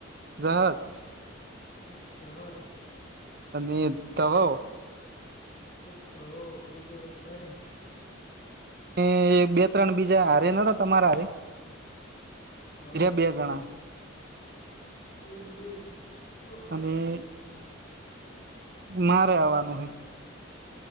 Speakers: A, on the right; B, on the left.
A: જહર.
B: એક જહર.
A: અને તવો.
B: એક તવો હો બીજું તૈણ.
A: એ એ બે ત્રણ બીજા હારે ન તમારા હારે
B: હા
A: એ બે જણા.
B: એ બે. હાથ
A: અને. મારે આવવાનું હે.